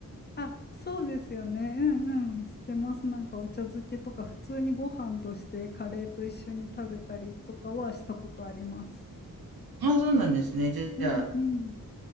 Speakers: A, on the left; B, on the right.
A: あ、そうですよね。うんうん。知ってます。なんかお茶漬けとか普通にご飯としてカレーと一緒に食べたりとかはしたことあります。
B: ああ、そうなんですね。じゃあ、
A: うんうん。